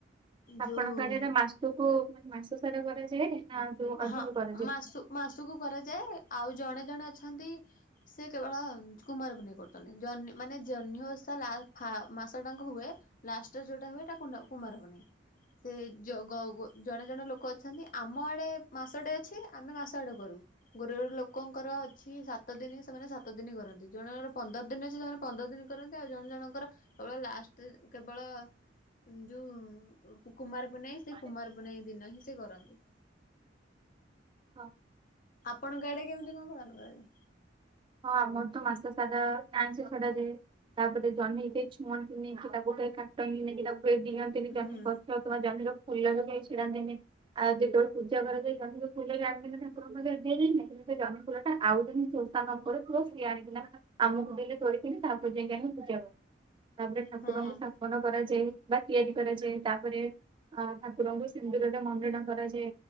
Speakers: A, on the right; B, on the left.
A: ଆପଣଙ୍କ
B: ଯୋଉ
A: ଆଡେ ନା ମାସକୁ ମାନେ ମାସ ସାର କରାଯାଏ? ନା ଯୋଉ ଅଧାରୁ
B: ହଁ
A: କରାଯାଏ?
B: ମାସୁ ମାସୁକୁ କରାଯାଏ। ଆଉ ଜଣେ ଜଣେ ଅଛନ୍ତି ସେ କେବଳ କୁମାର ପୁନେଇ କ ଜହ୍ନି ମାନେ ଜହ୍ନି ଓଷା ଲାସ ପାସ ମାସ ଟାଙ୍କ ହୁଏ ଲାଷ୍ଟରେ ଯୋଉଟା ହୁଏା ହେଇଟା କୁନା କୁମାର ପୁନେଇ। ସେ ଜ ଗ ଜଣେ ଜଣେ ଲୋକ ଅଛନ୍ତି ଆମ ଆଡେ ମାସଟେ ଅଛି ଆମେ ମାସ ଆଡେ କରୁ। ଗୋଟେ ଗୋଟେ ଲୋକଙ୍କର ଅଛି ସାତ ଦିନ ସେମାନେ ସାତ ଦି ଦିନ କରନ୍ତି ଜଣେ ଜଣର ପନ୍ଦର ଦିନ ଅଛି ସେମାନେ ପନ୍ଦର ଦିନ କରନ୍ତି ଆଉ ଜଣେ ଜଣଙ୍କର କେବଳ ଲାଷ୍ଟ କେବଳ ଯୁ କୁମାର ମାନେ ସେ
A: ହଁ।
B: କୁମାର ପୁନେଇ ଦିନ ହିଁ ସେ କରନ୍ତି।
A: ହଁ।
B: ଆପଣଙ୍କ ଆଡ଼େ କେମିତି କଣ ପାଳନ କରା ଯାଏ?
A: ହଁ ଆମର ତ ମାସ ସାରା ଆଇଁଷ ଛଡ଼ା ଯାଏ। ତାପରେ ଜହ୍ନୀ କି ଛୁଅନ୍ତିନି କି ତାକୁ କେହି କାଟନ୍ତିନି କି ତାକ୍ କେହି ଦିହାନ୍ତିନି ଜହ୍ନି
B: ହୁଁ।
A: ପତ୍ର କିବା ଜହ୍ନିର ଫୁଲ ବି କେହି ଛିଡ଼ାନ୍ତିନି ଆଉ ଯେତେବେଳେ ପୂଜା କରାଯାଇ ଜହ୍ନିର ଫୁଲ ଜଣେ <unintelligible> ସେ ଜହ୍ନି ଫୁଲଟା ଆଉ ଜଣେ ସୋସ୍ ତାନ ଉପରେ ଥିବ ସିଏ ଆଣିକିନା ଆମକୁ ଦେଲେ ତୋଳିିକିରି ତାପରେ ଯାଇକି ଆମେ ପୂଜା କରୁ। ତାପରେ ଠାକୁରଙ୍କୁ
B: ହଁ।
A: ସ୍ଥାପନ କରାଯାଏ। ବା ତିଆରି କରାଯାଏ। ତାପରେ ଅ ଠାକୁରଙ୍କୁ ସିନ୍ଦୁରରେ ମଣ୍ଡଣ କରାଯାଏ।